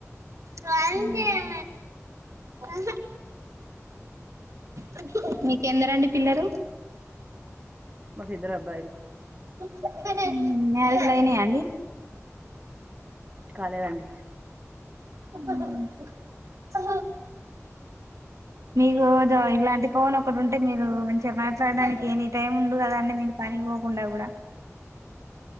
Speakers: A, on the right; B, on the right.
A: వల్ చేయ్ ఏ హహ్ మీకెందరండి పిల్లలు
B: మాకు ఇద్దరు అబ్బాయిలు
A: <unintelligible> అయినయ అండి
B: కాలేదండి
A: తప్ప చ మీకుదో ఇలాంటి ఫోన్ ఒకటి ఉంటే మీరు మంచిగా మాట్లాడడానికి ఎనీ టైం ఉండు కదా అండి మీరు పని గుడాగడా